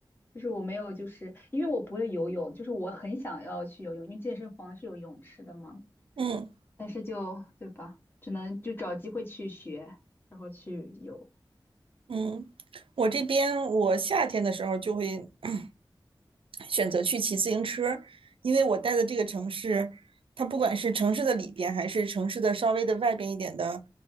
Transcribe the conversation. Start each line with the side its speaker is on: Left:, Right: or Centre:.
Left: 就是我没有，就是因为我不会游泳，就是我很想要去游泳，因为健身房是有泳池的嘛，
Right: 嗯。
Left: 但是就，对吧，只能就找机会去学，然后去游。
Right: 嗯，我这边我夏天的时候就会 <clears throat> 选择去骑自行车，因为我待的这个城市，它不管是城市的里边，还是城市的稍微的外边一点的，